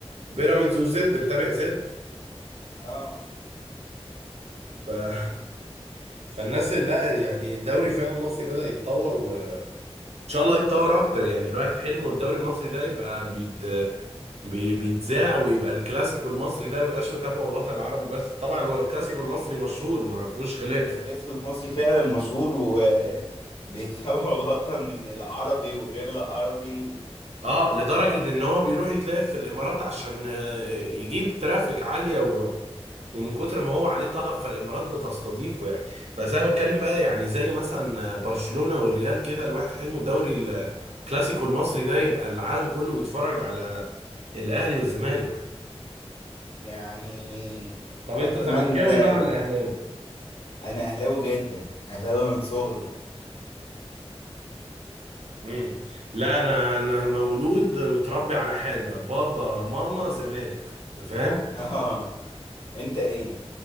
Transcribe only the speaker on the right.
بيراميدز وزد متابع زد
ف <laughs> فالناس لا يعني الدوري فعلا المصري بدأ يتطور وان شاء الله يتطور اكتر يعني الواحد حلمه الدوري المصري ده يبقى بيت... بي... بيتذاع ويبقى الكلاسيكو المصري ده ميبقاش متابعه الوطن العربي بس طبعا هو الكلاسيكو المصري مشهور ما فيهوش خلاف
اه لدرجة
ان هو بيروح يتلعب في الامارات عشان آه، يجيب ترافيك عالية و... ومن كتر ما هو عليه طلب فالامارات بتستضيفه يعني بس انا بتكلم بقى يعني زي مثلا برشلونة والريال كده الواحد حلمه الدوري الكلاسيكو المصري ده يبقى العالم كله بيتفرج على الاهلي والزمالك
طب
انت زملكاوي
بقى
ولا اهلاوي
امم لا انا انا مولود متربي على حاجه بابا ماما زمالك انت فاهم